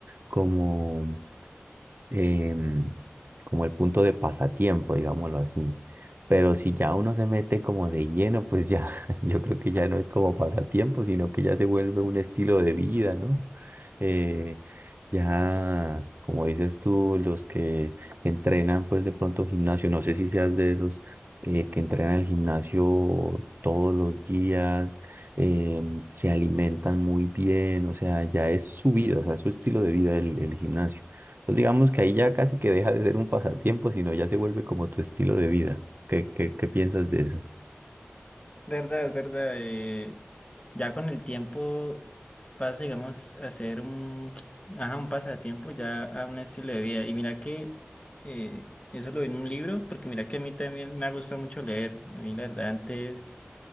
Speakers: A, on the right (about 50°); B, on the left (about 30°).
A: como em, como el punto de pasatiempo, digámoslo así. Pero si ya uno se mete como de lleno, pues ya, <laughs> yo creo que ya no es como pasatiempo, sino que ya se vuelve un estilo de vida, ¿no? Eh, ya, como dices tú, los que entrenan, pues de pronto gimnasio, no sé si seas de esos eh, que entrenan el gimnasio todos los días, em, se alimentan muy bien, o sea, ya es su vida, o sea, es su estilo de vida el el gimnasio. Pues digamos que ahí ya casi que deja de ser un pasatiempo, sino ya se vuelve como tu estilo de vida. ¿Qué, qué, qué piensas de eso?
B: Verdad, es verdad. eh, ya con el tiempo pasa, digamos, a ser un, ajá, un pasatiempo ya a un estilo de vida. Y mira que eh, eso lo vi en un libro, porque mira que a mí también me ha gustado mucho leer. A mí, la verdad, antes